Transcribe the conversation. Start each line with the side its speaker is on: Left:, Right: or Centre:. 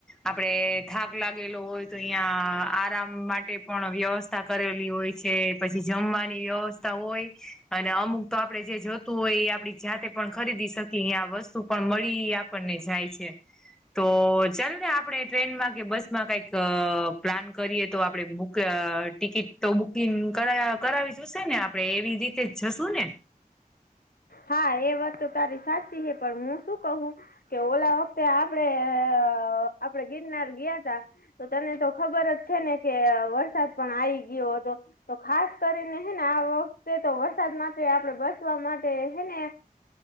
Centre: આપડે થાક લાગેલો હોય તો અહીયાં આરામ માટે પણ વ્યવસ્થા કરેલી હોય છે. પછી જમવાની વ્યવસ્થા હોય. અને અમુક તો આપણે જે જોતું હોય એ આપડી જાતે પણ ખરીદી શકીએ આ વસ્તુ પણ મળી આ પડને જાય છે. તો ચાલ ને આપણે ટ્રેનમાં કે બસ માં કઈક પ્લાન કરીએ તો આપડે બુ ક ટિકિટ તો બુકિંગ કર કરાવી જોશે ને આપડણે એવી રીતે જશું ને?
Left: હા એ વાત તો તારી સાચી હે પણ હું શું કઉ હું કે ઓલા વખતે આપડે અ આપડે ગિરનાર ગ્યા તા તો તને તો ખબર જ છે ને કે વરસાદ પણ આઈ ગ્યો હતો. તો ખાસ કરીને હે ને આ વખતે તો વરસાદ માટે આપડે બ ચવા માટે હે ને